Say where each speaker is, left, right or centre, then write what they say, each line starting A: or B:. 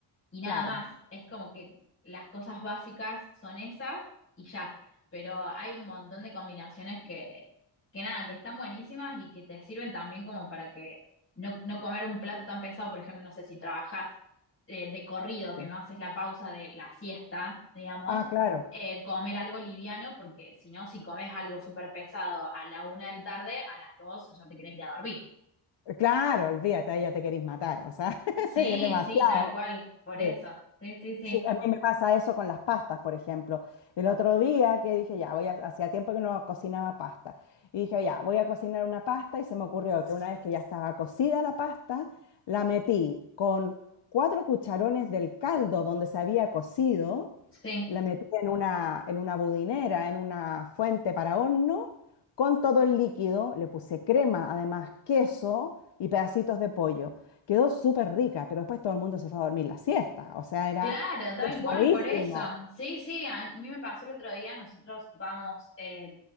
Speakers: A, on the left; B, on the left.
A: Y nada
B: claro.
A: más, es como que las cosas básicas son esas y ya. Pero hay un montón de combinaciones que, que nada, que están buenísimas y que te sirven también como para que no, no comer un plato tan pesado, por ejemplo, no sé si trabajás eh, de corrido, que
B: sí.
A: no haces la pausa de la siesta, digamos,
B: Ah, claro.
A: eh, comer algo liviano, porque si no, si comes algo súper pesado a la una de la tarde, a las dos ya te querés ir a dormir.
B: Claro, olvídate, ahí ya te querís matar, o sea, <laughs>
A: Sí,
B: es demasiado.
A: sí, tal cual, por
B: Sí.
A: eso. Sí, sí, sí.
B: Sí, a mí me pasa eso con las pastas, por ejemplo. El otro día que dije, ya, voy a, hacía tiempo que no cocinaba pasta. Y dije, ya, voy a cocinar una pasta y se me ocurrió que una vez que ya estaba cocida la pasta, la metí con cuatro cucharones del caldo donde se había cocido,
A: Sí.
B: la metí en una, en una budinera, en una fuente para horno, con todo el líquido, le puse crema, además queso y pedacitos de pollo. Quedó súper rica, pero después todo el mundo se fue a dormir la siesta. O sea, era
A: Claro, tal
B: Pesadísimo,
A: cual, por eso. Sí, sí, a mí me pasó el otro día, nosotros vamos, eh,